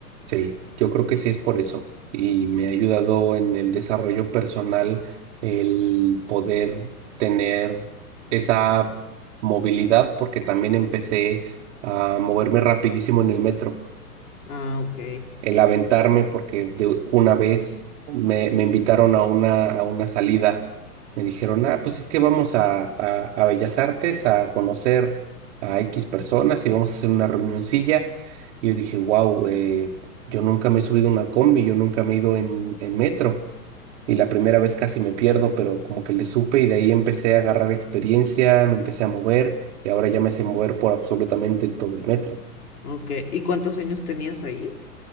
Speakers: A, on the right; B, on the left.
A: Sí, yo creo que sí es por eso. Y me ha ayudado en el desarrollo personal el poder tener esa movilidad, porque también empecé a moverme rapidísimo en el metro.
B: Ah, ok,
A: el aventarme porque de una vez me, me invitaron a una, a una salida. Me dijeron, ah, pues es que vamos a, a, a Bellas Artes a conocer a X personas y vamos a hacer una reunioncilla. Y yo dije, wow, yo nunca me he subido a una combi, yo nunca me he ido en, en metro. Y la primera vez casi me pierdo, pero como que le supe y de ahí empecé a agarrar experiencia, me empecé a mover y ahora ya me sé mover por absolutamente todo el metro.
B: ok. ¿Y cuántos años tenías ahí?